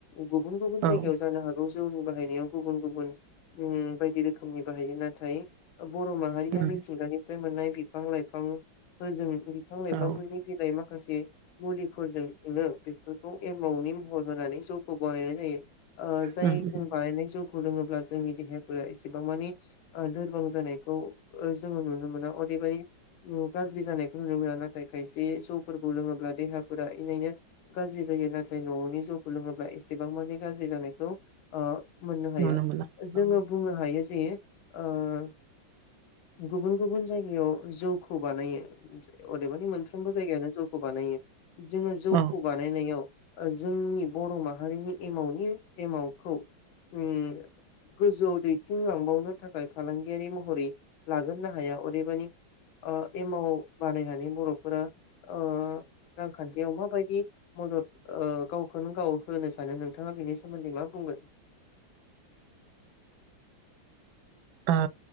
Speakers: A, on the left (about 85°); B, on the right (about 85°).
A: गुबुन गुबुन
B: औ
A: जायगायाव जानो हागौ जौबो बाहायनायाव गुबुन गुबुन ओम बायदि रोखोमनि बाहायो नाथाय ओ बर' माहारिया
B: औ
A: मिथिंगानिफ्राय मोननाय बिफां लाइफांफोरजों बिफां लाइफांफोरनि
B: औ उम
A: बिलाइ मा खासे मुलिफोरजों जों बेफोरखौ एमावनि महर होनानै जौखौ बानायनाय जायो। ओ जाय
B: उम
A: जों बानायनाय जौ खौ लोङोब्ला जोंनि देहाया फोरा एसिबां मानि ओ लोरबां जानायखौ ओ जोङो नुनो मोना अदेबानि गाज्रि जानायखौ नुनो मोना नाथाय खायसे जौफोरखौ लोङोब्ला देहाफोरा इनायनो गाज्रि जायो नाथाय न'आवनि जौखौ लोङोब्ला एसेबां माने गाज्रि जानायखौ ओ। मोननो हायो
B: नुनो मोना
A: जोङो
B: औ
A: बुंनो हायो। जे ओ गुबुन गुबुन जायगायाव जौखौ बानायो अदेबानि मोनफ्रोमबो जायगायावनो जौखौ बानायो। जोङो जौ
B: औ ओ
A: <unintelligible> ओ जोंनि बर' माहारिनि एमावनि एमावखौ ओम गोजौ दैथिंलांबावनो थाखाय फालांगियारि महरै लागोरनो हाया अदेबानि ओ एमाव बानायनानै बर'फोरा ओ रांखान्थियाव माबायदि मदद ओ गावखौनो गाव होनो सानो नोंथाङा बिनि सोमोन्दै मा बुंगोन?
B: ओ